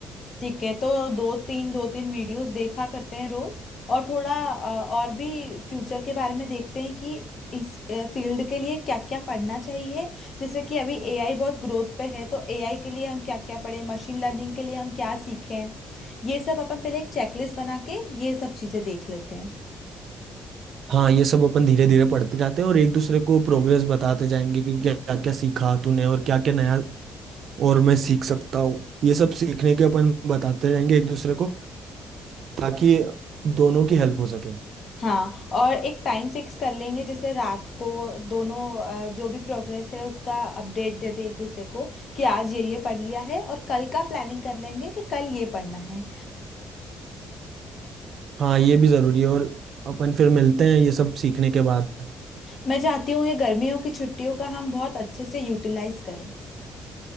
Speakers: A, on the left; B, on the right.
A: ठीक है तो दो तीन दो तीन वीडियोस देखा करते हैं रोज और थोड़ा अ, और भी फ्यूचर के बारे में देखते हैं कि इस फील्ड के लिए क्या क्या पढ़ना चाहिए जैसे कि अभी एआई बहुत ग्रोथ पे है तो एआई के लिए हम क्या क्या पढ़ें मशीन लर्निंग के लिए हम क्या सीखें ये सब अपन पहले एक चेकलिस्ट बना के ये सब चीजें देख लेते हैं
B: हाँ ये सब अपन धीरे धीरे पढ़ते जाते हैं और एक दूसरे को प्रोग्रेस बताते जाएंगे कि क्या क्या सीखा तूने और क्या क्या नया और मैं सीख सकता हूँ ये सब सीखने के अपन बताते रहेंगे एक दूसरे को ताकि दोनों की हेल्प हो सके
A: हाँ और एक टाइम फिक्स कर लेंगे जैसे रात को दोनों अ, जो भी प्रोग्रेस है उसका अपडेट दे दे एक दूसरे को कि आज ये ये पढ़ लिया है और कल का प्लानिंग कर लेंगे कि कल ये पढ़ना है
B: हाँ ये भी जरूरी है और अपन फिर मिलते हैं ये सब सीखने के बाद
A: मैं चाहती हूँ ये गर्मियों की छुट्टियों का हम बहुत अच्छे से यूटिलाइज करें